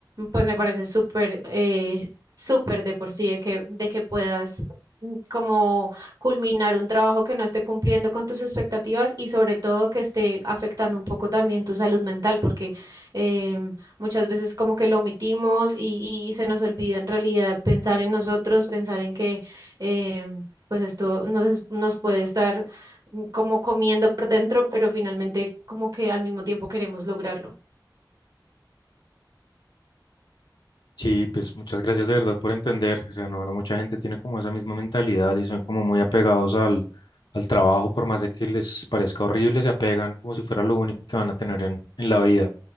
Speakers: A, on the right; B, on the left.
A: pues me parece súper, eh, súper de por sí de que, de que puedas mm, como culminar un trabajo que no esté cumpliendo con tus expectativas y sobre todo que esté afectando un poco también tu salud mental, porque em, muchas veces como que lo omitimos y, y se nos olvida en realidad pensar en nosotros, pensar en que em, pues esto nos, nos puede estar mm, como comiendo por dentro, pero finalmente como que al mismo tiempo queremos lograrlo.
B: Sí, pues muchas gracias de verdad por entender. O sea, no, no mucha gente tiene como esa misma mentalidad y son como muy apegados al, al trabajo, por más de que les parezca horrible, se apegan como si fuera lo único que van a tener en, en la vida.